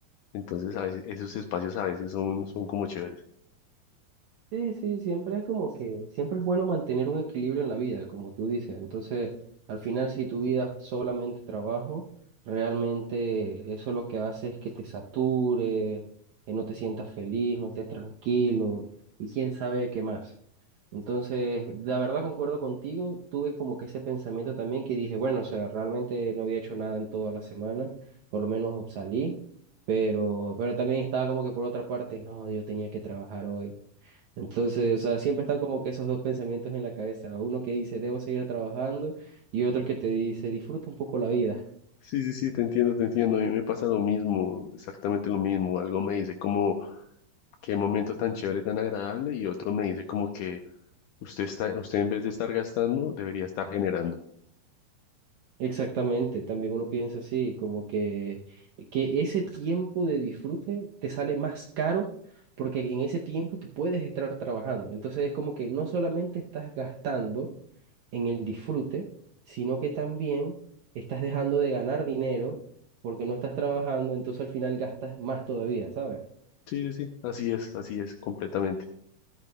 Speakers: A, on the left; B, on the right.
A: Entonces, a veces, esos espacios a veces son, son como chéveres.
B: Sí, sí, siempre es como que, siempre es bueno mantener un equilibrio en la vida, como tú dices. Entonces, al final, si tu vida es solamente trabajo, realmente eso lo que hace es que te sature, que no te sientas feliz, no estés tranquilo y quién sabe qué más. Entonces, la verdad concuerdo contigo, tuve como que ese pensamiento también que dije, bueno, o sea, realmente no había hecho nada en toda la semana, por lo menos salí, pero, pero también estaba como que por otra parte, no, yo tenía que trabajar hoy. Entonces, o sea, siempre están como que esos dos pensamientos en la cabeza. Uno que dice, debo seguir trabajando, y otro que te dice, disfruta un poco la vida.
A: Sí, sí, sí, te entiendo, te entiendo. A mí me pasa lo mismo, exactamente lo mismo. Algo me dice como qué momento tan chévere, tan agradable, y otro me dice como que usted está, usted en vez de estar gastando, debería estar generando.
B: Exactamente, también uno piensa así, como que, que ese tiempo de disfrute te sale más caro porque en ese tiempo tú puedes estar trabajando. Entonces es como que no solamente estás gastando en el disfrute, sino que también estás dejando de ganar dinero porque no estás trabajando, entonces al final gastas más todavía, ¿sabes?
A: Sí, sí, sí, así es, así es, completamente.